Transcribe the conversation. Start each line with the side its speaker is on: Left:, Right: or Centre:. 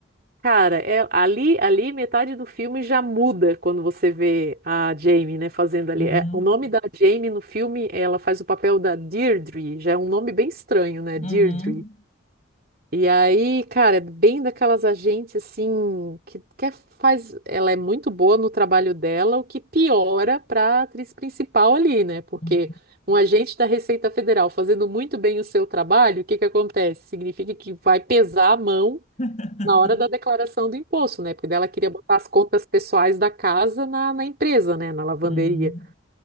Right: Cara, é- ali, ali metade do filme já muda quando você vê a Jamie, né, fazendo ali.
Left: Uhum,
Right: É, o nome da Jamie no filme, ela faz o papel da Deirdre, já é um nome bem estranho, né,
Left: uhum,
Right: Deirdre. E aí, cara, é bem daquelas agentes assim que, que é- faz, ela é muito boa no trabalho dela, o que piora para a atriz principal ali, né? Porque
Left: uhum,
Right: um agente da Receita Federal fazendo muito bem o seu trabalho, o que que acontece? Significa que vai pesar a mão
Left: <laughs>
Right: na hora da declaração do imposto, né? Porque daí ela queria botar as contas pessoais da casa na, na empresa, né? Na lavanderia.
Left: uhum.